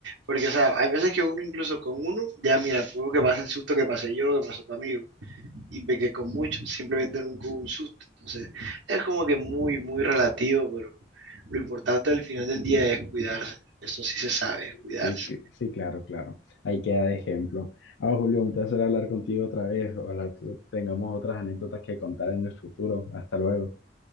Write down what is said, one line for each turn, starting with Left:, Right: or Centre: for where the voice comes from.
Right: Porque, o sea, hay veces que uno incluso con uno, ya mira, puedo que pase el susto que pasé yo, que pasó tu amigo, y ve que con muchos simplemente nunca hubo un susto. Entonces, es como que muy, muy relativo, pero lo importante al final del día es cuidarse. Esto sí se sabe, es cuidarse.
Left: Sí, que- sí, claro, claro. Ahí queda de ejemplo. Ah, Julio, un placer hablar contigo otra vez. Ojalá tú- tengamos otras anécdotas que contar en el futuro. Hasta luego.